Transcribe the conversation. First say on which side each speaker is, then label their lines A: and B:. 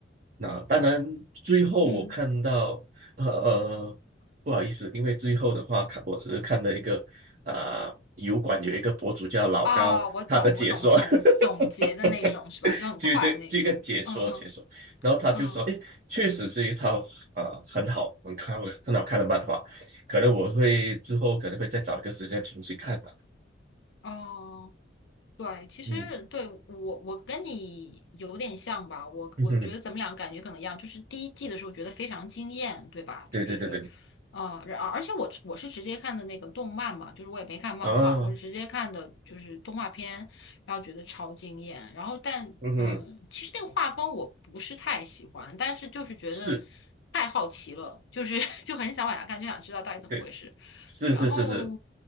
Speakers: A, on the right; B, on the left.
A: 那当然，最后我看到，
B: 嗯，
A: 呃呃不好意思，因为最后的话，看我只是看了一个啊、油管有一个博主叫老高，
B: 哦，我懂，
A: 他的解说，
B: 我懂，总总结的那种是吧？
A: <laughs>
B: 就很快的那种。
A: 就这这个解说解说，
B: 嗯嗯
A: 然后他就说，
B: 嗯，
A: 哎，确实是一套啊、呃很好，很看很好看的漫画，可能我会之后可能会再找一个时间重新看吧。
B: 哦。对，其实对我我跟你有点像吧，
A: 嗯
B: 我我觉得咱们俩感觉可能一样，
A: 嗯哼，
B: 就是第一季的时候觉得非常惊艳，对吧？
A: 对对对对，
B: 就是，呃，然而且我我是直接看的那个动漫嘛，就是我也没看漫画，
A: 啊，
B: 我是直接看的就是动画片，然后觉得超惊艳。然后但嗯，
A: 嗯哼，
B: 其实那个画风我不是太喜欢，但是就是觉得
A: 是，
B: 太好奇了，就是 <laughs> 就很想往下看，就想知道到底怎么回事。
A: 对，是是是是，
B: 然后，